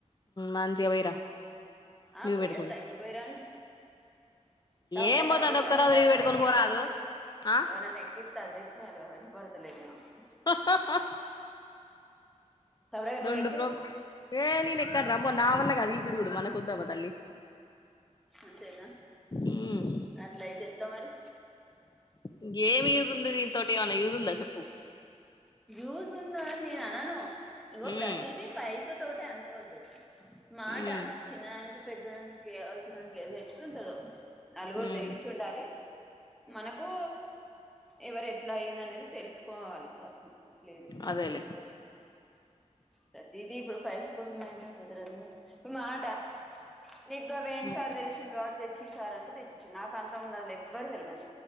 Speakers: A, on the left (about 35°); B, in the centre.
A: మంచిగా పోయిరా
B: ఆ
A: లీవ్
B: పోయి
A: పెట్టుకొని
B: ఎత్తాయి పోైరను తప్పుడేగా
A: ఏం పోతే
B: అధ
A: అదొక్క
B: చని
A: రోజు
B: గే
A: లీవ్
B: ఉ నత్త
A: పెట్టుకొని పోరాదు ఆ
B: ఉ న అధ అక్షరాలుగా వష పడతలేదు నాకు
A: త
B: తమరే నువ్వు
A: రెండు
B: ఎక్కు
A: ప్రో ఏ నను ఎక్కార అమ్మో నా వల్ల కదదు ఈ గురు కూడా మనకుద్దాబద అలి
B: అంతేనా
A: ఉమ్
B: అట్లా ఇతే ఎట్లా మరి
A: ఇంకేమి యూజ్ ఉంది దీనితోటి ఏమైన్నా యూజ్ ఉందా చెప్పు
B: ూస్ ఉందా అని నేను అనను ఇవో
A: ఉమ్
B: ప్రతిదీ పైసా తోట అనుకోవద్దు మాట
A: ఉమ్
B: చిన్నదానికి పెద్దదానికి అవసరం ఉంటే ఎట్లు ఉంటదుో నలుగురు
A: ఉమ్
B: తెలిసి ఉండాలి మనకు ఎవరు ఎట్లా అయి్యంది అనేది తెలుసుకోవాలి తప్పు లేదు అందులో
A: అదేలే
B: అట్లా ప్రతిదీ ఇప్పుడు పైస కోసమ అంటే కుదరదు ఇప్పుడు మాట నీకు గ వ ఏన్
A: ఉమ్
B: సార్ తెలిసిండ వాటి తెచ్చిసారంటే తెచ్చ ఇచ్చు నాకు అంత ఉంద అది ఎవ్వరు తెలియదు